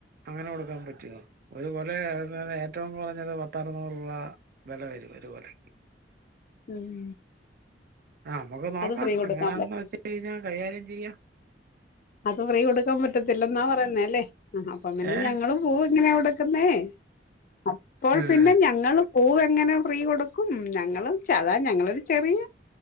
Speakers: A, on the right; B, on the left.
A: അങ്ങനെ കൊടുക്കാൻ പറ്റുവോ ഒരു കൊല അവസാനം ഏറ്റവും പറഞ്ഞത് പത്തറുന്നൂറ് രൂപ വില വരും ഒരു കൊലക്ക്-
B: ഉം
A: ആ നമുക്ക് നോക്കാം
B: അത് ഫ്രീ കൊടുക്കാൻ
A: എങ്ങനാണെന്ന്
B: പറ്റ
A: വെച്ച് കഴിഞ്ഞാൽ കൈകാര്യം ചെയ്യാം-
B: അത് ഫ്രീ കൊടുക്കാൻ പറ്റത്തില്ലെന്നാ പറയുന്നേ അല്ലേ- ആ അപ്പ പിന്നെ
A: ഏ
B: ഞങ്ങളും പൂ എങ്ങനെയ കൊടുക്കുന്നേ അപ്പോൾ
A: ഉം.
B: പിന്നെ ഞങ്ങളും- പൂവ് എങ്ങനെ ഫ്രീ കൊടുക്കും ഞങ്ങളും ചതാ ഞങ്ങളൊരു ചെറിയ